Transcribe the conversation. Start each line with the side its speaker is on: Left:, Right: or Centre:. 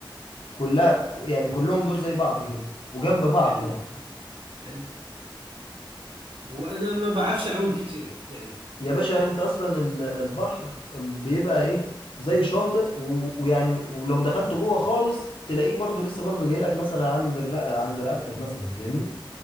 Left: كلها يعني كلهم دول زي بعض كده وجنب بعض
Right: حلو
Left: يعني
Right: حلو حلو هو انا ما بعرفش اعوم كتير يعني
Left: يا باشا انت اصلا ال- البحر بيبقى ايه زي شاطئ و... ويعني ولو دخلت جوه خالص تلاقيه برضو لسه برضو جاي لك مثلا عند الر... عند رقبتك مثلا فاهمني